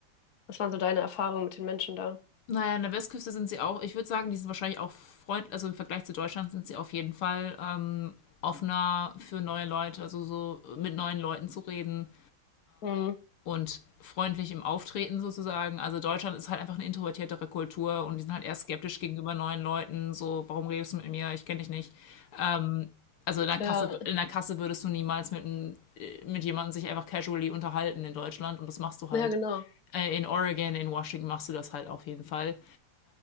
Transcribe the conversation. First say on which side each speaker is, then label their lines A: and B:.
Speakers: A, on the left; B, on the left.
A: was waren so deine Erfahrungen mit den Menschen da?
B: naja, an der Westküste sind sie auch, ich würde sagen, die sind wahrscheinlich auch freundlich, also im Vergleich zu Deutschland sind sie auf jeden Fall ähm, offener für neue Leute, also so mit neuen Leuten zu reden.
A: Mhm.
B: und freundlich im Auftreten sozusagen. Also Deutschland ist halt einfach eine introvertiertere Kultur und die sind halt eher skeptisch gegenüber neuen Leuten. So, warum redest du mit mir? Ich kenne dich nicht. Ähm, Also in der Kasse,
A: Ja,
B: in der Kasse würdest du niemals mit, einem- äh, mit jemandem sich einfach casually unterhalten in Deutschland und das machst du
A: ja,
B: halt.
A: genau.
B: Äh, In Oregon, in Washington machst du das halt auf jeden Fall.